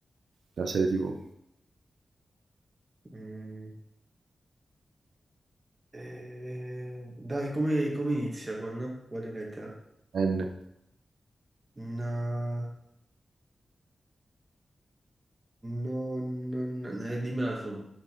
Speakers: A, on the right; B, on the right.
A: della serie TV.
B: Mm. Eh, dai, come, come inizia con quale lettera?
A: N.
B: No, no, no, no, eh, dimmela tu.